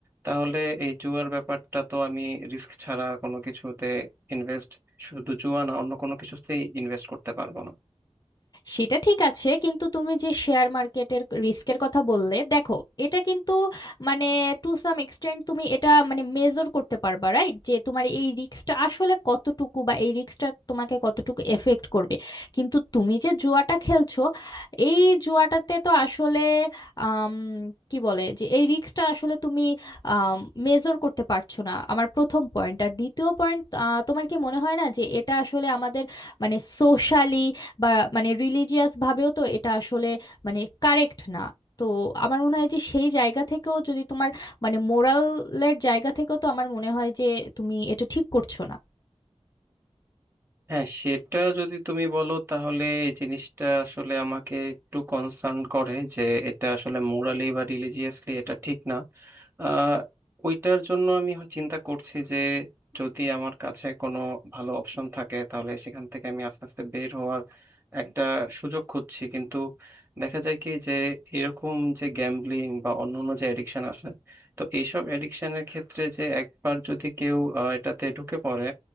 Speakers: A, on the right (about 20°); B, on the left (about 35°).
A: তাহলে এই জুয়ার ব্যাপারটা তো আমি রিস্ক ছাড়া কোনো কিছুতে ইনভেস্ট শুধু জুয়া না অন্য কোনো কিছুতেই ইনভেস্ট করতে পারবো না
B: সেটা ঠিক আছে কিন্তু তুমি যে শেয়ার মার্কেটের রিস্কের কথা বললে দেখো এটা কিন্তু মানে টু সাম এক্সটেন্ট তুমি এটা মানে মেজর করতে পারবা রাইট যে তোমার এই রিস্কটা আসলে কতটুকু বা এই রিস্কটা তোমাকে কতটুকু এফেক্ট করবে কিন্তু তুমি যে জুয়াটা খেলছো এই জুয়াটাতে তো আসলে আম, কি বলে যে এই রিস্কটা আসলে তুমি মেজর করতে পারছো না আমার প্রথম পয়েন্ট আর দ্বিতীয় পয়েন্ট তোমার কি মনে হয় না যে এটা আসলে আমাদের মানে সোশ্যালি বা মানে রিলিজিয়াস ভাবেও তো এটা আসলে মানে কারেক্ট না তো আমার মনে হয় যে সেই জায়গা থেকেও যদি তোমার মানে মোরালের জায়গা থেকেও তো আমার মনে হয় যে তুমি এটা ঠিক করছো না
A: হ্যাঁ সেটা যদি তুমি বলো তাহলে এই জিনিসটা আসলে আমাকে একটু কনসার্ন করে যে এটা আসলে মোরালি বা রিলিজিয়াসলি এটা ঠিক না আহ, ওইটার জন্য আমি হ- চিন্তা করছি যে যদি আমার কাছে কোনো ভালো অপশন থাকে তাহলে সেখান থেকে আমি আস্তে আস্তে বের হওয়ার একটা সুযোগ খুঁজছি কিন্তু দেখা যায় কি যে এরকম যে গ্যাম্বলিং বা অন্যান্য যে এডিকশন আছে তো এইসব এডিকশনের ক্ষেত্রে যে একবার যদি কেউ আহ, এটাতে ঢুকে পড়ে